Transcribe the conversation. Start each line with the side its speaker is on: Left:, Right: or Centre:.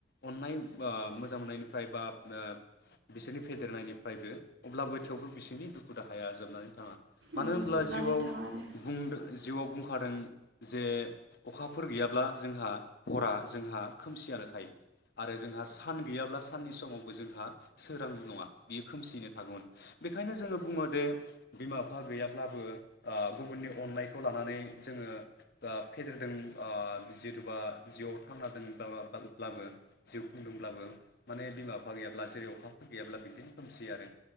Left: अननाय ओ मोजां मोननायनिफ्राय बा ओ बिसोरनि फेदेरनायनिफ्रायबो अब्लाबो थेवबो बिसोरनि दुखु दाहाया जोबनानै थाङा। मानो
Right: औ
Left: होनब्ला
Right: जोबनानै
Left: जिउआव
Right: थाङा आरो
Left: बुंदों जिउआव बुंखादों जे अखाफोर गैयाब्ला जोंहा हरा जोंहा खोमसियानो थायो आरो जोंहा सान गैयाब्ला साननि समावबो जोंहा सोरां नङा बियो खोमसियैनो थागौमोन बेखायनो जोङो बुङो दि बिमा बिफा गैयाब्लाबो ओ गुबुननि अननायखौ लानानै जोङो ओ फेदेरदों ओ जिथुबा जिउआव थांना ब्ला ब्ला ब्लाबो जिउ खुंदोंब्लाबो माने बिमा बिफा गैयाब्ला जेरै अखाफोर गैयाब्ला बिदिनो खोमसि आरो।